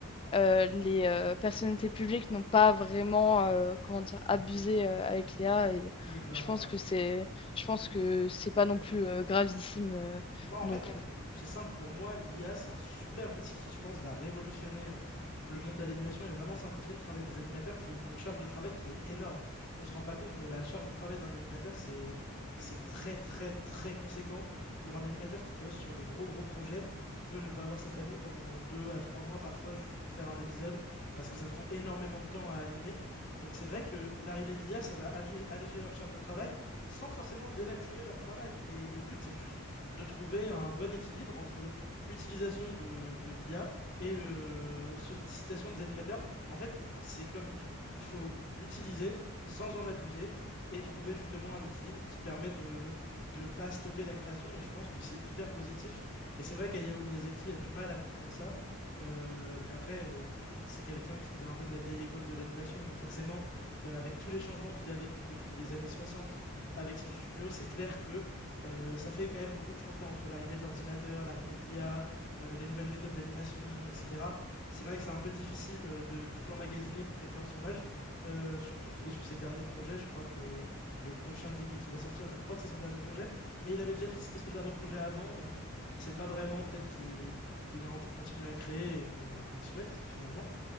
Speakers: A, on the left (about 25°); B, on the left (about 50°).
A: euh, les euh, personnalités publiques n'ont pas vraiment euh, comment dire, abusé euh, avec l'IA. Et
B: Oui, clairement
A: je pense
B: pas.
A: que c'est, je pense que c'est pas non plus euh, gravissime euh,
B: Bah, en
A: non
B: fait,
A: plus.
B: dans- c'est simple pour moi, l'IA, c'est un super outil qui, je pense, va révolutionner euh, le monde de l'animation et vraiment simplifier le travail des animateurs qui ont une charge de travail qui est énorme. On se rend pas compte, mais la charge de travail d'un animateur, c'est c'est très, très, très conséquent. Pour un animateur qui bosse sur des gros, gros projets, il peut ne pas voir sa famille pendant deux à trois mois parfois juste pour faire un épisode parce que ça prend énormément de temps à animer. Donc c'est vrai que l'arrivée de l'IA, ça va allé- alléger leur charge de travail sans forcément dénaturer leur travail. Et le but, c'est juste de trouver un bon équilibre entre utilisation de, de l'IA et euh, sollicitation des animateurs. En fait, c'est comme tout, il faut l'utiliser sans en abuser et trouver justement un équilibre qui permet de ne pas stopper la création. Et je pense que c'est hyper positif. Et c'est vrai qu'Hayao Miyazaki a du mal à comprendre ça. Euh, mais après, euh, c'est quelqu'un qui vient un peu de la vieille école de l'animation. Donc forcément, euh, avec tous les changements qu'il a vécu depuis les années 60 avec son studio, c'est clair que euh, ça fait quand même beaucoup de changements entre l'arrivée de l'ordinateur, l'arrivée de l'IA, euh, les nouvelles méthodes d'animation, etc. C'est vrai que c'est un peu difficile euh, de tout emmagasiner pour quelqu'un de son âge, euh, surtout qu'il est sur ses derniers projets. Je crois que le prochain Ghibli qui va sortir, je crois que c'est son dernier projet, mais il avait déjà dit que c'était son dernier projet avant, donc on ne sait pas vraiment. Peut-être qu'il il a envie de continuer à créer et on lui souhaite finalement.